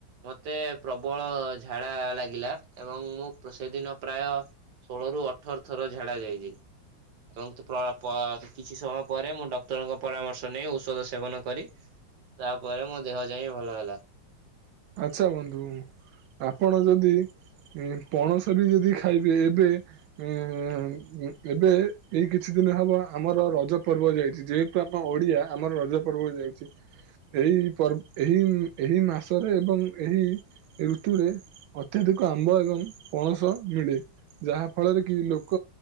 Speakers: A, on the right; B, on the right.
A: ମତେ ପ୍ରବଳ ଝାଡା ଲାଗିଲା ଏବଂ ମୁଁ ସେଦିନ ପ୍ରାୟ ଷୋହଳ ରୁ ଅଠର ଥର ଝାଡା ଯାଇଛି। ଏବଂ ପ ପ କିଛି ସମୟ ପରେ ମୁଁ ଡକ୍ଟରଙ୍କ ପରାମର୍ଶ ନେଇ ଔଷଧ ସେବନ କରି ତାପରେ ମୋ ଦେହ ଯାଇଁ ଭଲ ହେଲା।
B: ଆଚ୍ଛା ବନ୍ଧୁ ଆପଣ ଯଦି ପଣସ ବି ଯଦି ଖାଇବେ ଏବେ ଇ ଇ ଏବେ ଏଇ କିଛି ଦିନ ହବ ଆମର ରଜ ପର୍ବ ଯାଇଛି ଯେହେତୁ ଆମ ଓଡିଆ ଆମର ରଜ ପର୍ବ ଯାଇଛି। ଏହି ପର୍ବ ଏହି ଏହି ମାସ ରେ ଏବଂ ଏହି ଋତୁରେ ଅତ୍ୟଧିକ ଆମ୍ବ ଏବଂ ପଣସ ମିଳେ। ଯାହା ଫଳରେ କି ଲୋକ